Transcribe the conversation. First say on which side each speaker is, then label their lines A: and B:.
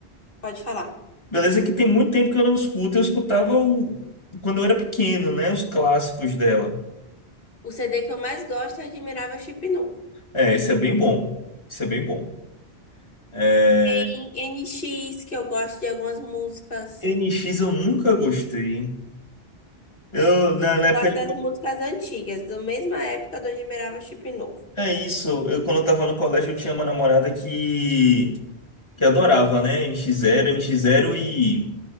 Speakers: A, on the left; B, on the left.
A: pode falar.
B: beleza que tem muito tempo que eu não escuto. Eu escutava o, quando eu era pequeno, né? Os clássicos dela.
A: O CD que eu mais gosto é Admirável Chip Novo.
B: É, isso é bem bom. Isso é bem bom. É,
A: Em NX, que eu gosto de algumas músicas.
B: NX eu nunca gostei. Eu, na, na época,
A: Gosto das músicas antigas, da mesma época do Admirável Chip Novo.
B: é isso. Eu, quando eu tava no colégio, eu tinha uma namorada que, que adorava, né? NX Zero, NX Zero e